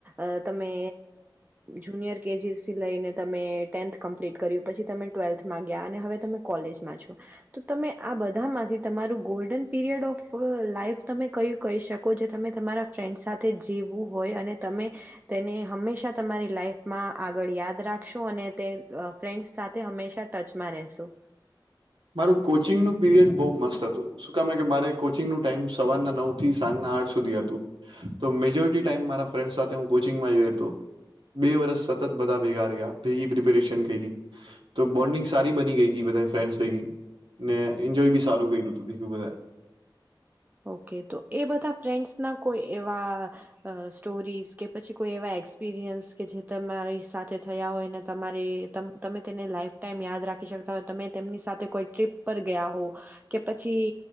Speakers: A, on the right; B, on the right.
A: અ તમે જુનિયર કે જી સી લઈને તમે ટેન્થ કમ્પ્લીટ કર્યું પછી તમે ટ્વેલ્થમાં ગયા અને હવે તમે કોલેજમાં છો. તો તમે આ બધામાંથી તમારું ગોલ્ડન પીરિયડ ઓફ લાઈફ તમે કયું કહી શકો જે તમે તમારા ફ્રેન્ડસ સાથે જીવવું હોય અને તમે તેને હંમેશા તમારી લાઈફમાં આગળ યાદ રાખશો અને તે ફ્રેન્ડસ સાથે હંમેશા ટચમાં રહેશો.
B: મારું કોચિંગનું પીરિયડ બહુ મસ્ત હતું. શું કમે કે મારે કોચિંગનું ટાઈમ સવારના નવ થી સાંજના આઠ સુધી હતું તો મેજોરિટી ટાઈમ મારા ફ્રેન્ડ સાથે હું કોચિંગમાંતો બે વર્ષ સતત બધા ભેગા રહ્યા ભેગી પ્રપેરેશન તો બોન્ડિંગ સારી બની ગઈ હતી બધા ફ્રેન્ડ્સ થઈ ગયું ને એન્જોય બી સારું કર્યું હતું ભી બધા એ.
A: ઓકે તો એ બધા ફ્રેન્ડ્સ ના કોઈ એવા અ સ્ટોરીઝ કે પછી કોઈ એવા એક્સપિરિયન્સ કે જે તમારી સાથે થયા હોયને તમારે તમે તેને લાઈફ ટાઈમ યાદ રાખી શકતા હોય તમે તેમની સાથે કોઈ ટ્રીપ પર ગયા હો કે પછી